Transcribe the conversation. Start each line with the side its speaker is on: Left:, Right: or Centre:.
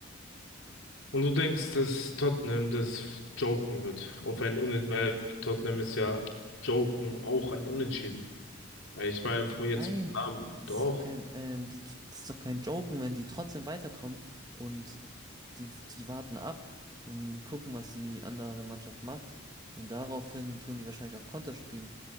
Left: Und du denkst, dass Tottenham das joken wird. Auf ein Unentschieden,
Right: Nö,
Left: weil Tottenham ist ja joken auch ein Unentschieden. Weil ich meine, vor jetzt
Right: Nein,
Left: vom Namen,
Right: das
Left: doch,
Right: ist doch kein, ähm, die, das ist doch kein Joken, wenn die trotzdem weiterkommen und die, die warten ab und gucken, was die andere Mannschaft macht. Und daraufhin tun die wahrscheinlich auf Konter spielen.